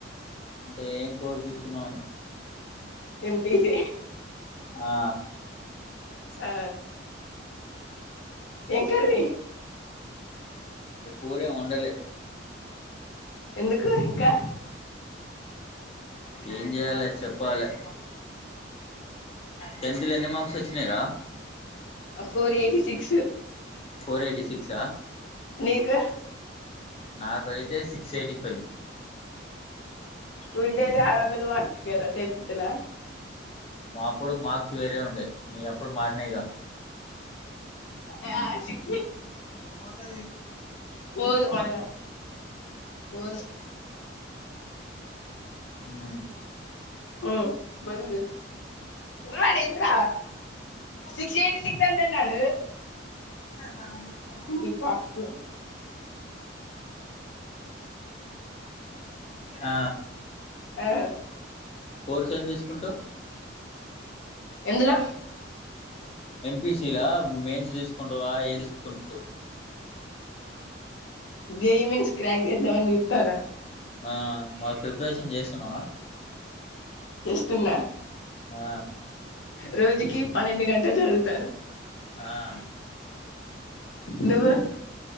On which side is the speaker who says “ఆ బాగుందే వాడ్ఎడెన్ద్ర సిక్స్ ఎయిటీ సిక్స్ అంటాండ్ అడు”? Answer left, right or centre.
Left